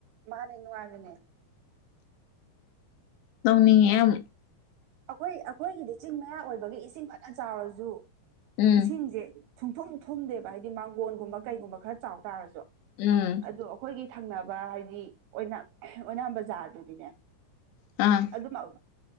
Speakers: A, on the right; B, on the left.
A: ꯃꯥꯅꯦ ꯅꯨꯡꯉꯥꯏꯕꯅꯦ
B: ꯇꯧꯅꯤꯡꯉꯦ ꯌꯥꯝ
A: ꯑꯩꯈꯣꯏ ꯑꯩꯈꯣꯏꯒꯤꯗꯤ ꯆꯤꯡ ꯃꯌꯥ ꯑꯣꯏꯕꯒꯤ ꯏꯁꯤꯡ ꯐꯅ ꯆꯥꯎꯔꯁꯨ
B: ꯎꯝ
A: ꯏꯁꯤꯡꯁꯦ ꯁꯨꯡꯊꯨꯝ ꯊꯨꯝꯗꯦꯕ ꯍꯥꯏꯗꯤ ꯃꯥꯡꯒꯣꯟꯒꯨꯝꯕ ꯀꯩꯒꯨꯝꯕ ꯈꯔ ꯆꯥꯎ ꯇꯥꯔꯁꯨ
B: ꯎꯝ
A: ꯑꯗꯣ ꯑꯩꯈꯣꯏꯒꯤ ꯊꯪꯅꯕ ꯍꯥꯏꯗꯤ ꯑꫭꯏꯅꯥꯝ ꯑꯣꯏꯅꯥꯝ ꯕꯖꯥꯔꯗꯨꯗꯤꯅꯦ
B: ꯑꯥ
A: ꯑꯗꯨꯝ ꯑꯥꯎ